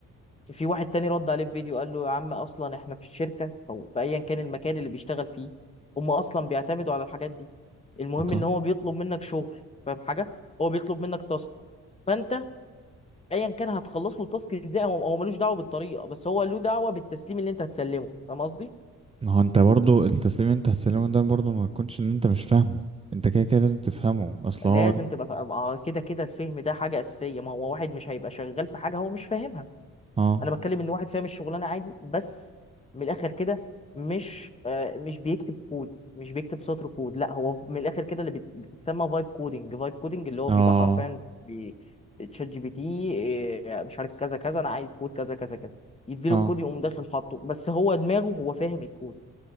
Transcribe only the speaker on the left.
في واحد تاني رد عليه في فيديو قال له يا عم اصلا احنا في الشركه او في ايا كان المكان اللي بيشتغل فيه هم اصلا بيعتمدوا على الحاجات دي المهم
ان هو بيطلب منك شغل فاهم حاجه هو بيطلب منك تاسك فانت ايا كان هتخلص له التاسك ازاي هو هو ملوش دعوه بالطريقه بس هو له دعوه بالتسليم اللي انت هتسلمه فاهم قصدي
لازم
تبقى فا- آه، كده كده الفهم ده حاجه اساسيه ما هو واحد مش هيبقى شغال في حاجه هو مش فاهمها
انا بتكلم ان واحد فاهم الشغلانه عادي بس من الاخر كده مش آه، مش بيكتب كود مش بيكتب سطر كود لا هو من الاخر كده اللي بت- بتتسمى فايب كودنج فايب كودنج اللي هو
بيبقى حرفيا بي- تشات جي بي تي إيه، مش عارف كذا كذا انا عايز كود كذا كذا كذا يديله
الكود يقوم داخل حاطه بس هو دماغه هو فاهم الكود